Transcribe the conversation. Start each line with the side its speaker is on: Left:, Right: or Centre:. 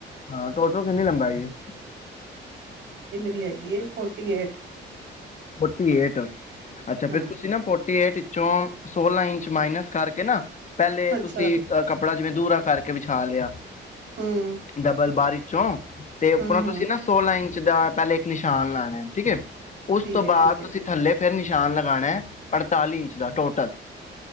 Left: ਹਾਂ ਟੋਟਲ ਕਿੰਨੀ ਲੰਬਾਈ ਆ?
Right: ਏ ਹੈਗੀ ਏ ਫੋਰਟੀ ਏਟ।
Left: Forty eight. ਅੱਛਾ ਫੇਰ
Right: ਹੂੰ
Left: ਤੁਸੀਂ ਨਾ ਫੌ ਟੀ ਏਟ ਚੋਂ ਸੋਲਾਂ ਇੰਚ ਮਾਈਨਸ ਕਰਕੇ ਨਾ ਪਹਿਲੇ
Right: ਅੱਛਾ
Left: ਤੁਸੀਂ ਅਹ ਕੱਪੜਾ ਜਿਵੇਂ ਦੂਰ ਰਖ ਕਰਕੇ ਵਿਛਾ ਲਿਆ।
Right: ਹੂੰ
Left: ਡਬਲ ਬਾਰੀ ਚੌ ਤੇ ਉੱਪਰੋਂ
Right: ਹੂੰ ਹੂੰ
Left: ਤੁਸੀਂ ਨਾ, ਸੋਲਾਂ ਇੰਚ ਜਿਦਾਂ ਪਹਿਲੇ ਇੱਕ ਨਿਸ਼ਾਨ ਲਾਣਾ ਏ, ਠੀਕ ਏ। ਉਸ
Right: ਠੀਕ
Left: ਤੋਂ
Right: ਹੈ
Left: ਬਾਅਦ,
Right: ਠੀਕ ਹੈ
Left: ਤੁਸੀਂ ਥੱਲੇ ਫਿਰ ਨਿਸ਼ਾਨ ਲਗਾਣਾ ਐ, ਅੜਤਾਲੀ ਇੰਚ ਦਾ ਟੋਟਲ।